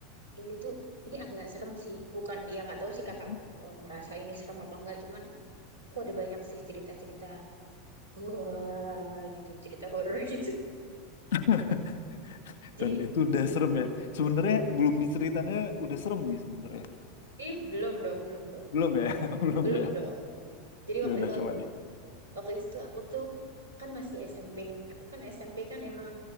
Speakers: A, on the right; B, on the left.
A: dulu tuh ini agak serem sih. Bukan, ya nggak tahu sih
B: Mhm.
A: kakak eh, merasa ini serem atau enggak. Cuman aku ada banyak sih cerita-cerita, wah gitu, cerita horor <laughs> gitu.
B: <laughs>
A: Jadi,
B: Dan itu udah serem ya. Sebenarnya belum diceritanya udah serem nih sebenarnya.
A: ih belum dong, belum dong,
B: Belum
A: belum dong.
B: ya, <laughs> belum
A: Belum
B: ya.
A: dong. Jadi
B: Ya
A: waktu
B: udah
A: itu,
B: coba deh.
A: waktu itu tuh aku tuh kan masih SMP nih. Aku kan SMP kan emang